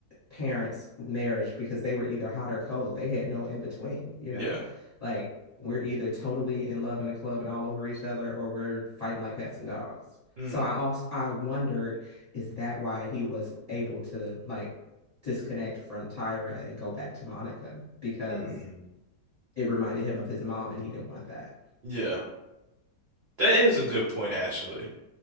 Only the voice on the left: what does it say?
parents' marriage because they were either hot or cold. They had no in between, you
know. Like we're either totally in love in a club and all over each other or we're fighting like cats and dogs.
So I also I wondered, is that why he was able to like disconnect from Tyra and go back to Monica because
it reminded him of his mom and he didn't want that.